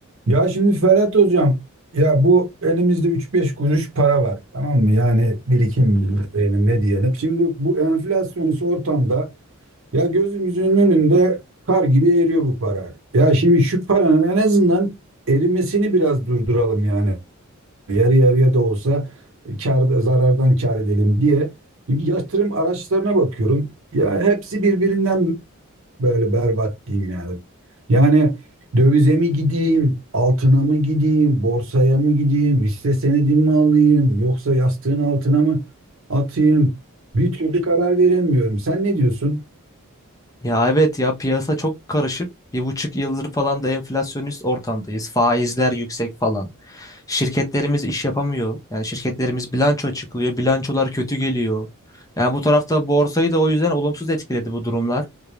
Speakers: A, on the right (about 60°); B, on the left (about 15°).
A: Ya şimdi Ferhat Hocam ya bu elimizde üç beş kuruş para var tamam mı? Yani birikim diyelim ne diyelim. Şimdi bu enflasyonist ortamda ya gözümüzün önünde kar gibi eriyor bu para. Ya şimdi şu paranın en azından erimesini biraz durduralım yani. Yarı yarıya da olsa kar, zarardan kar edelim diye. Yatırım araçlarına bakıyorum. Ya hepsi birbirinden Böyle berbat diyeyim yani. Yani dövize mi gideyim, altına mı gideyim, borsaya mı gideyim, hisse senedi mi alayım, yoksa yastığın altına mı atayım? Bir türlü karar veremiyorum. Sen ne diyorsun?
B: Ya evet ya piyasa çok karışık. Bir buçuk yıldır falan da enflasyonist ortamdayız. Faizler yüksek falan. Şirketlerimiz iş yapamıyor. Yani şirketlerimiz bilanço açıklıyor. Bilançolar kötü geliyor. Yani bu tarafta borsayı da o yüzden olumsuz etkiledi bu durumlar.